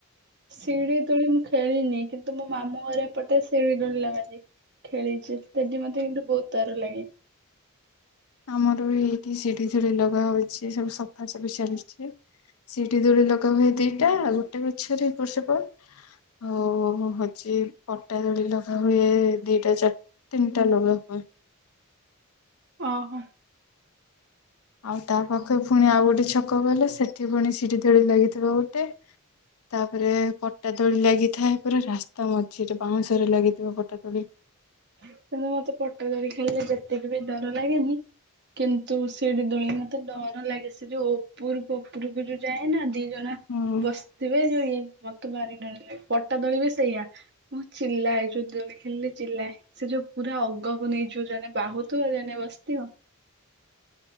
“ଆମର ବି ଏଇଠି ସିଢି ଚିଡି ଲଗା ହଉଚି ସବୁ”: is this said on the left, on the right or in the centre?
Left